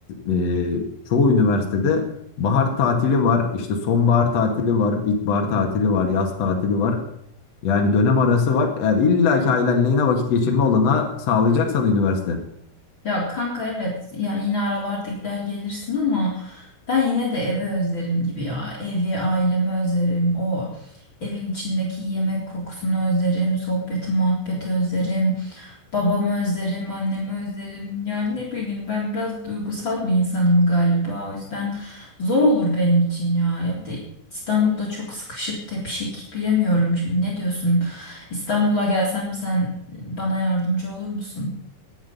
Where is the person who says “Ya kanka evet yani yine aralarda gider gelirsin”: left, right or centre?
Left